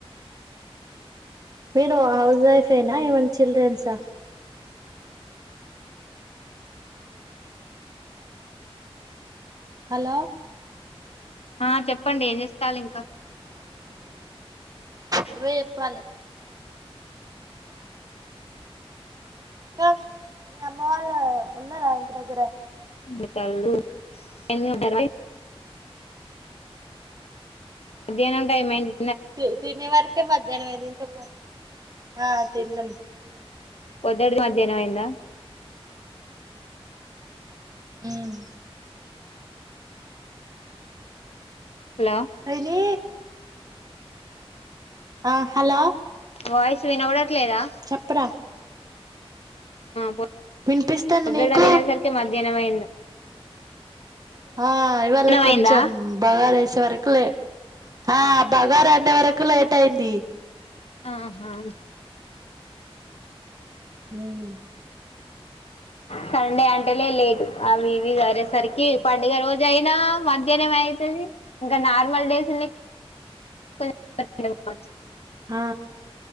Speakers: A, on the right; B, on the left.
A: మీరు హౌస్ వైఫ్ ఎనా ఏమనా చిల్డ్రన్సా హలో
B: ఆ చెప్పండి ఏం చేస్తాలు ఇంకా
A: నువ్వే చెప్పాలే ఇంకా మీ అమ్మ వాళ్ళ ఉన్నారా ఇంటి దగ్గర
B: <unintelligible> మధ్యహనం టైమ్ అయ్యింది
A: తి తినే వరకే మధ్యాహ్నం అయింది ఇంకా మా ఆ తిన్నాం
B: పొద్దుటిది మధ్యాహ్నం అయిందా
A: ఉమ్
B: హలో
A: చైనే ఆ హలో
B: వాయిస్ వినబడట్లేదా
A: చెప్పురా
B: పో
A: వినిపిస్తుంది
B: పోద్దుడ
A: నీకు
B: తిననేసరికి మధ్యాహ్నమంది
A: ఆ ఇవాళ కొంచెం
B: అయిందా
A: బగారా ఎసే వరకి ఆ బగారా అండే వరకు లేట్ అయింది
B: ఆహా
A: ఉమ్
B: సండే అంటేలే లేట్ అవివి సాదిరేసరికి పండుగ రోజు అయినా మధ్యాహ్నం అయితే ఇంకా నార్మల్ డేస్ని <inaudible>
A: ఆ